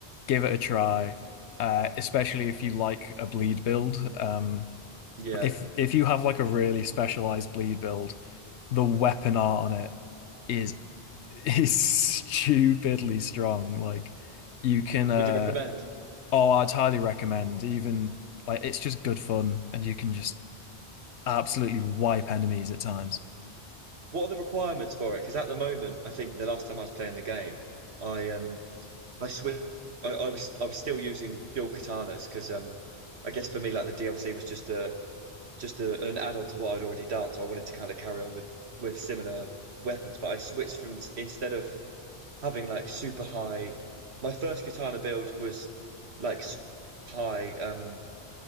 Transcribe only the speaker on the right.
Yeah.
Would you recommend?
What are the requirements for it? Because at the moment, I think the last time I was playing the game, I um, I switched. I, I was I was still using dual katanas because um, I guess for me like the DLC was just a just a, an add on to what I'd already done. So I wanted to kind of carry on with with similar weapons, but I switched from instead of having like super high. My first katana build was like high um,